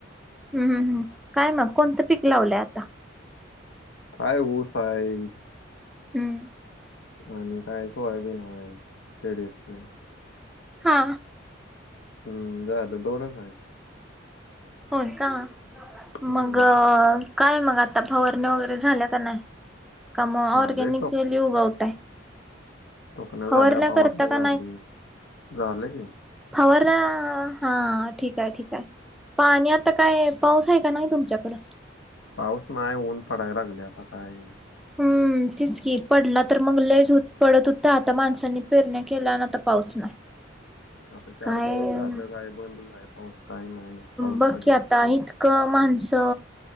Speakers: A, in the centre; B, on the left.
A: हम्म हम्म हम्म काय मग कोणत पीक लावलय आता.
B: काय ऊस आहे.
A: हम्म
B: आणि काय सोयबीन हाय तेडीएफच.
A: हा
B: हम्म झाल दोनच आहे.
A: होय का
B: हम्म
A: मग काय मग आता फवारण्या वगैरे झाल्या का नाही. का म
B: झालंय
A: ऑरगॅनिक वेली उगवताय.
B: तोकन्या
A: फवारण्या
B: झाल्या. फवारणी
A: करता का
B: झाली. झाल की.
A: फवारन्या हा ठीक आहे ठीक आहे. पाणी आता काय पाऊस आहे का नाही तुमच्याकड.
B: पाऊस नाही ऊन पडायला लागले आता काय.
A: हम्म आणि तेच की पडला तर मग लय पडत होता. आता माणसांनी पेरण्या केल्या आता पाऊस नाही. <inaudible>
B: आता चार
A: काय
B: दिवस झाल आहे बंदच आहे. पाऊस काही नाही पाऊस
A: बघ
B: पडलेला
A: की आता इतक माणस